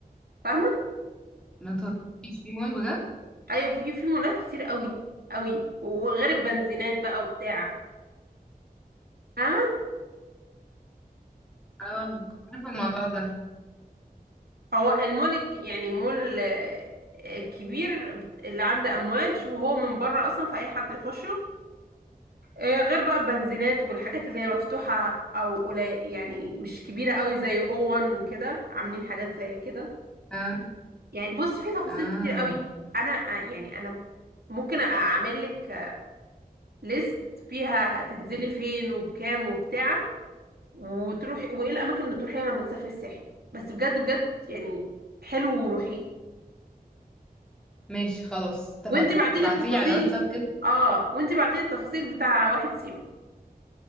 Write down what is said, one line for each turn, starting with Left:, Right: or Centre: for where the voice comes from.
Right: فاهمه
Centre: ما تطلعيش في مول بجد
Right: ايوه في في مولات كتير قوي قوي وغير البنزينات بقى وبتاع فاهمه
Centre: اه كنت عارفه الموضوع ده
Right: هو المول الك- يعني مول آه، آه، كبير بت- اللي عند امواج وهو من بره اصلا فاي حد يخشه آه، غير بقى البنزينات والحاجات اللي هي مفتوحه او قليل يعني مش كبيره قوي زي اوون وكده عاملين حاجات زي كده
Centre: اه
Right: يعني بص في تفاصيل
Centre: اه
Right: كتير قوي انا آه، يعني انا ممكن اعمل لك ليست فيها تنزلي فين وبكام وبتاع وتروحي وايه الاماكن اللي تروحيها لما تسافري الساحل بس بجد بجد يعني حلو وروحيه
Centre: ماشي خلاص اتفقنا
Right: وانت بعتي
Centre: ابعتيلي
Right: لي التفاصيل
Centre: على واتساب
Right: اه وانت بعتي لي التفاصيل بتاع واحد سيوة